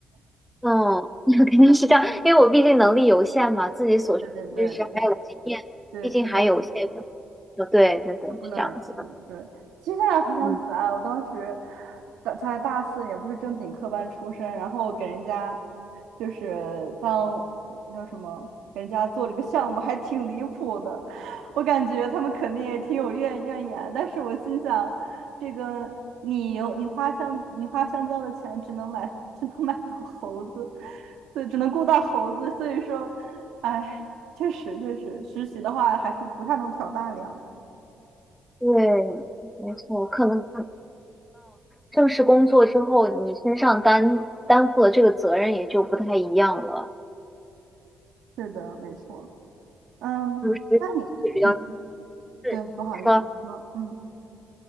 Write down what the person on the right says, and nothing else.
对对对。对，
这个东西。
不能而去。
对，其实现在回想起来，
我当时大才大四，也不是正经科班出身，然后给人家就是当叫什么，给人家做这个项目还挺离谱的。我感觉他们肯定也挺有怨怨言，但是我心想，这个你你花香你花香蕉的钱只能买只能买到猴子，对，只能雇到猴子，所以说，哎，确实确实，实习的话还是不太能挑大梁。
是的，没错。嗯，
那你，
嗯，
对，不好意思你说，嗯，